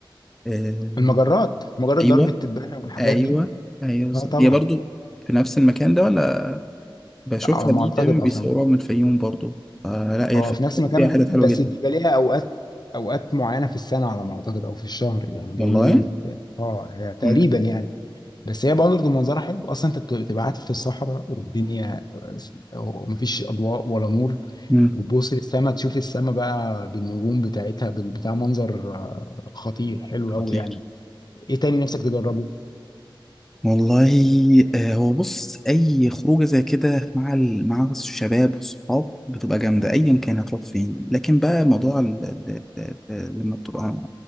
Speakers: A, in the centre; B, on the left (about 50°).
A: آه...
B: المجرات مجرة درب
A: ايوه
B: التبانة والحاجات
A: ايوه
B: دي
A: ايوه ز-
B: اه طبعا
A: هي برضو في نفس المكان ده ولا بشوفها
B: لا، على ما
A: دي
B: أعتقد
A: دايما
B: أصلا
A: بيصوروها من الفيوم برضو آه لا هي
B: اه
A: الفيوم
B: في نفس المكان
A: فيها حتت
B: بس
A: حلوة جدا
B: بيبقى ليها أوقات أوقات معينة في السنة على ما أعتقد أو في الشهر يعني لأن
A: والله
B: هي اه تقريبا
A: مم.
B: يعني بس هي برضه منظرها حلو اصلا انت بت- بتبقى قاعد في الصحراء والدنيا آه، مفيش اضواء ولا نور
A: مم.
B: وتبص للسما تشوف السما بقى بالنجوم بتاعتها بال- بتاع منظر آه، خطير حلو
A: خطير
B: قوي يعني ايه تاني نفسك تجربه
A: والله آه، هو بص اي خروجه زي كده مع ال... مع الشباب والصحاب بتبقى جامده ايا كان هتروح فين لكن بقى موضوع ال... ال... ال... ال- لما بتبقى